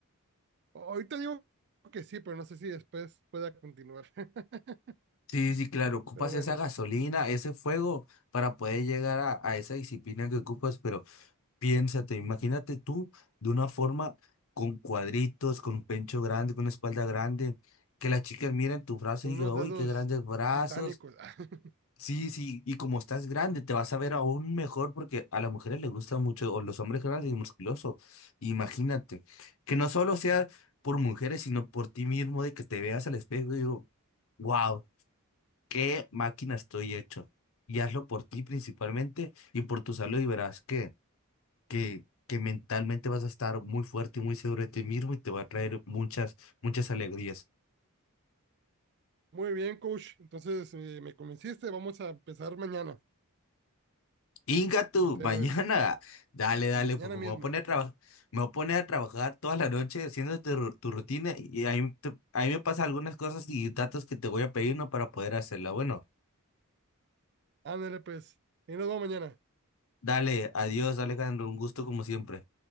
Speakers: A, on the right; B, on the left.
A: ahorita digo que sí, pero no sé si después pueda continuar. <laughs>
B: Sí, sí, claro, ocupas
A: Pero bueno,
B: esa gasolina, ese fuego para poder llegar a, a esa disciplina que ocupas, pero Piénsate, imagínate tú de una forma con cuadritos, con un pecho grande, con una espalda grande, que las chicas miren tus brazos
A: con
B: y
A: unos
B: digan, uy,
A: dedos
B: qué grandes brazos.
A: titánicos. <laughs>
B: Sí, sí, y como estás grande, te vas a ver aún mejor porque a las mujeres les gusta mucho, o los hombres grandes y musculosos. Imagínate, que no solo sea por mujeres, sino por ti mismo, de que te veas al espejo y digo, wow, qué máquina estoy hecho. Y hazlo por ti principalmente y por tu salud y verás que que, que mentalmente vas a estar muy fuerte y muy seguro de ti mismo y te va a traer muchas, muchas alegrías.
A: Muy bien, coach. Entonces eh, me convenciste, vamos a empezar mañana.
B: Inga tú,
A: Ahorita,
B: mañana,
A: ya me-
B: <laughs> dale, dale,
A: mañana
B: pues pues,
A: mismo.
B: me voy a poner a trabajar, me voy a poner a trabajar toda la noche haciendo tu, ru- tu rutina y ahí, te- ahí me pasan algunas cosas y datos que te voy a pedir, ¿no? Para poder hacerla. Bueno,
A: Ándale, pues. Y nos vemos mañana.
B: dale, adiós, Alejandro, un gusto como siempre.